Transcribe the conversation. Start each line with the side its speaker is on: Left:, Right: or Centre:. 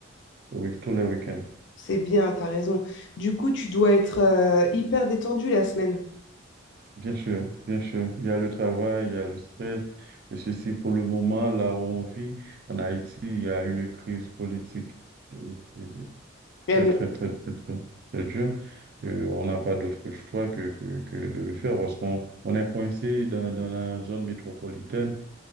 Right: Oui, tous les week-ends.
Left: C'est bien, t'as raison. Du coup, tu dois être euh, hyper détendu la semaine.
Right: Bien sûr, bien sûr. Il y a le travail, il y a le stress. Et ceci, pour le moment, là où on vit, en Haïti, il y a une crise politique et- et-
Left: Eh
Right: très,
Left: bien,
Right: très, très, très, très, très dure. Euh, on n'a pas d'autre choix que, que, que de le faire parce qu'on on est coincé dans, dans la zone métropolitaine.